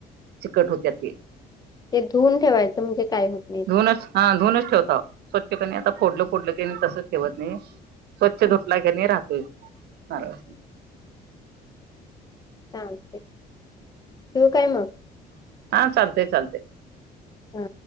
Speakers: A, on the right (about 75°); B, on the left (about 25°).
A: चिकट होत्या ते.
B: ते धुवून ठेवायचं म्हणजे काय हो <unintelligible>
A: धुूनच. हां धुूउनच ठेवतो. स्वच्छ कनी आता फोडलं फोडलं <unintelligible> तसं - ठेवत नाही स्वच्छ धुतलाय का नाही राहतोय. नारळ.
B: चालतंय. ठेवू काय म?
A: हां. चालतय. चालतय.
B: हा.